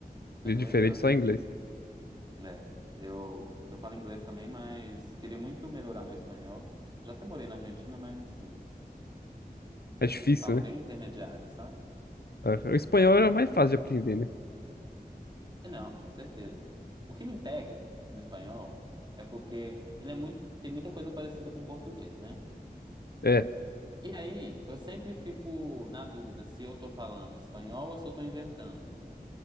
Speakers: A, on the right; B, on the left.
A: Fala
B: De
A: Inglês?
B: diferente,
A: Ah,
B: só
A: tá.
B: inglês.
A: É. Eu, eu falo inglês também, mas queria muito melhorar meu espanhol. Já até morei na Argentina, mas assim,
B: É difícil,
A: falo
B: né?
A: bem intermediário, sabe?
B: Aham. O espanhol era mais fácil de aprender, né?
A: É, Não, com certeza. O que me pega no espanhol é porque ele é muito, tem muita coisa parecida com o português, né?
B: É.
A: E aí, eu sempre fico na dúvida se eu tô falando espanhol ou se eu tô inventando,